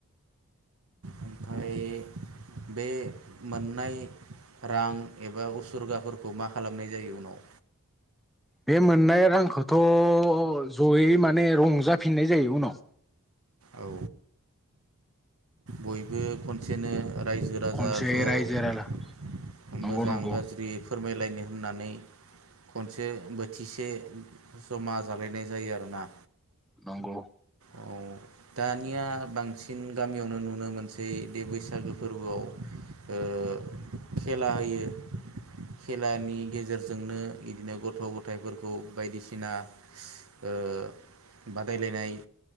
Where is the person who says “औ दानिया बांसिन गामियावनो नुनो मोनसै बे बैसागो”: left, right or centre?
Right